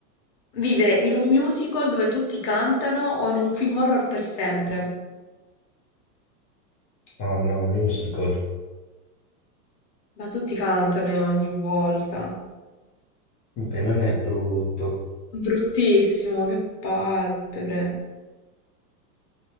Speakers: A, on the left; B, on the left.
A: vivere in un musical dove tutti cantano o in un film horror per sempre?
B: Oh no, musical.
A: Ma tutti cantano ogni volta.
B: Beh, non è brutto.
A: Bruttissimo, che palpebre.